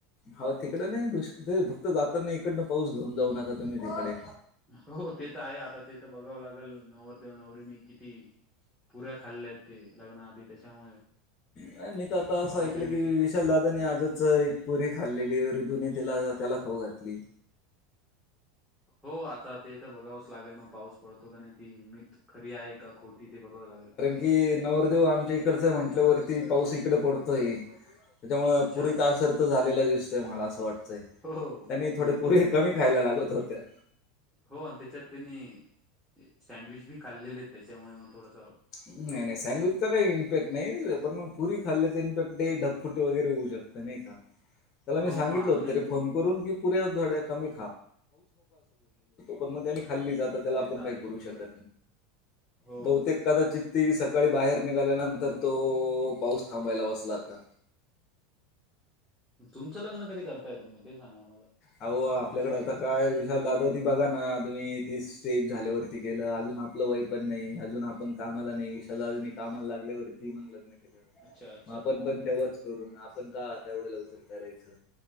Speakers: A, on the left; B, in the centre.
A: हा तिकडे नाही दु दे फक्त जाताना इकडनं पाऊस घेऊन जाऊ नका तुम्ही तिकडे.
B: हो ते तर आहे आता ते तर बघावं लागेल नवरदेव नवरीनी किती पुऱ्या खाल्ल्या ते लग्नाआधी त्याच्यामुळे
A: नाही मी तर आता असं
B: पाऊस
A: ऐकलं
B: येण्याची
A: <unintelligible> दादानी आजच एक पुरी खाल्लेली वर धुनी तिला त्याला खाऊ घातली.
B: हो आता ते त बघावच लागल ना. पाऊस पडतो का नाही ती मीठ खरी आहे का खोटी ते बघावं लागल.
A: कि नवरदेव आमच्या इकडच आहे म्हटल्यावरती पाऊस इकड पडतोय. त्याच्यामुळं
B: अच्छा
A: पुरीतआसर
B: अच्छा
A: तर झालेला दिसतय मला असं वाटतंय.
B: हो हो
A: त्यांनी थोडे
B: नक्कीच
A: पुरे
B: नक्कीच
A: कमी खायला लागत होते.
B: हो आणि त्याच्यात त्यांनी सँडविच बी खाल्लेलेत त्याच्यामुळे मग थोडस
A: नाही नाही सँडविचचा काही इफेक्ट नाही पण मग पुरी खाल्ल्याचं इफेक्ट ढगफुटे वगैरे <inaudible> त्याला काय
B: हो
A: सांगितल
B: मग अजून
A: होत
B: एक
A: तरी फोन करून की पुऱ्या थोड्या कमी पण मग त्यानी खाल्ली
B: हो
A: आता त्याला
B: ते
A: आपण
B: तर
A: काही
B: आहे
A: करू
B: बरोबर
A: शक
B: आहे हो
A: बहुतेक
B: हो
A: कदाचित ते सकाळी बाहेर निघाल्यानंतर तो पाऊस थांबायला बसला आता.
B: तुमचं लग्न कधी करताय तुम्ही ते सांगा आम्हाला?
A: अहो आपल्याकडे आता काय विशाल दादा ती बघा ना तुम्ही ती स्टेज झाल्यावरती केलं अजून आपलं वय पण नाही, अजून आपण कामाला नाही सधा अजूनही कामाला लागल्यावरती मग लग्न.
B: अच्छा अच्छा
A: मग आपण पण तेव्हाच करून आपण का आता एवढं लवकर करायचं.